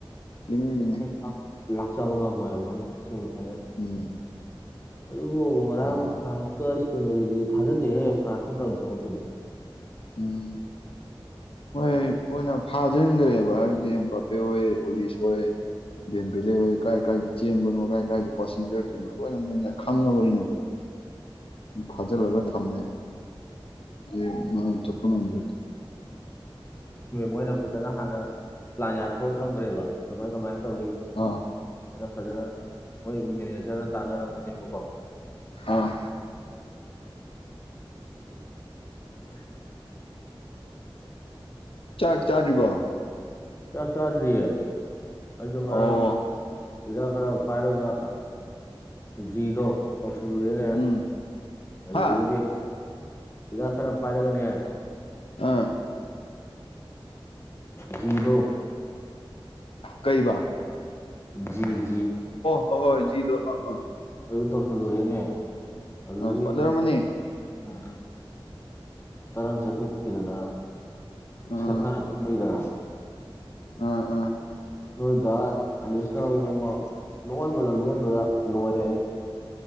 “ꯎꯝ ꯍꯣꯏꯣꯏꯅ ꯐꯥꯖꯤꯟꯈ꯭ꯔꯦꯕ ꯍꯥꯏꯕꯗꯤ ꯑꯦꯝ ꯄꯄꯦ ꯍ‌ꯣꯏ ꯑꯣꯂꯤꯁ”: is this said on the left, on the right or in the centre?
Left